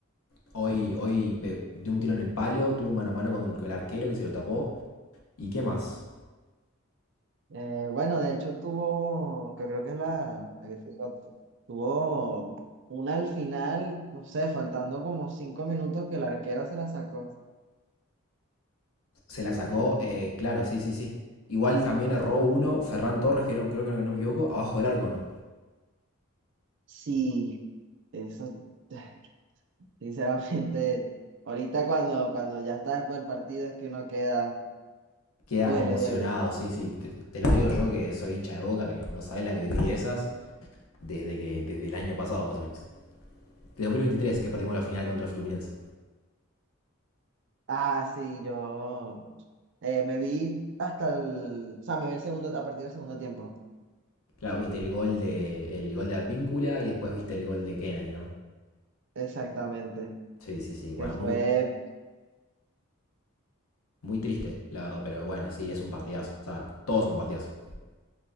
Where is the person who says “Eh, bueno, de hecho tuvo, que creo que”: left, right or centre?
Right